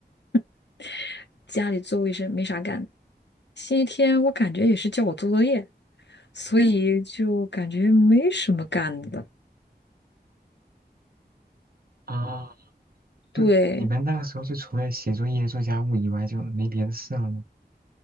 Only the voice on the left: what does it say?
<laughs> 家里做卫生没啥干，星期天我感觉也是叫我做作业，所以就感觉没什么干的。
对，